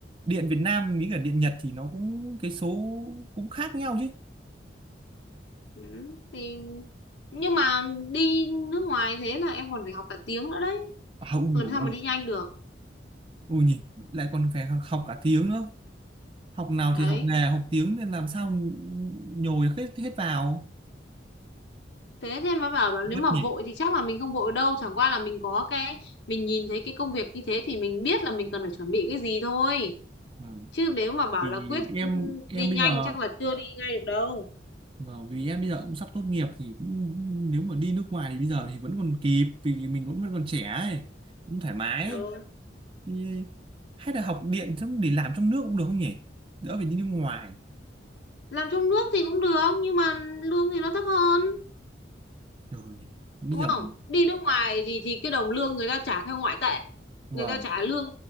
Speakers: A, on the right; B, on the left.
A: điện Việt Nam với cả điện Nhật thì nó cũng cái số cũng khác nhau chứ
B: ừ, thì nhưng mà đi nước ngoài thế là em còn phải học cả tiếng nữa đấy
A: à, ui
B: làm
A: dồi
B: sao
A: ôi
B: mà đi nhanh được
A: ui nhỉ lại còn phải học cả tiếng nữa học nào
B: đấy
A: thì học nghề học tiếng nên làm sao nhồi hết hết vào
B: thế thì mà bảo là nếu
A: vất
B: mà
A: nhỉ
B: vội thì chắc là mình không vội đâu chẳng qua là mình có cái mình nhìn thấy cái công việc như thế thì mình biết là mình cần phải chuẩn bị cái gì thôi
A: Vâng.
B: chứ nếu mà bảo
A: vì
B: là quyết
A: em
B: ừ, đi
A: em
B: nhanh
A: bây giờ
B: chắc là chưa đi ngay được đâu
A: vâng, vì em bây giờ cũng sắp tốt nghiệp thì cũng, nếu mà đi nước ngoài thì bây giờ thì vẫn còn kịp vì mình vẫn vẫn còn trẻ ấy cũng thoải mái
B: đâu
A: Thì hay là học điện xong để làm trong nước cũng được không nhỉ đỡ phải đi nước ngoài
B: làm trong nước thì cũng được nhưng mà lương thì nó thấp hơn
A: rồi nhỉ bây
B: đúng
A: giờ
B: không đi nước ngoài thì thì cái đồng lương người ta trả theo ngoại tệ
A: vâng
B: người ta trả lương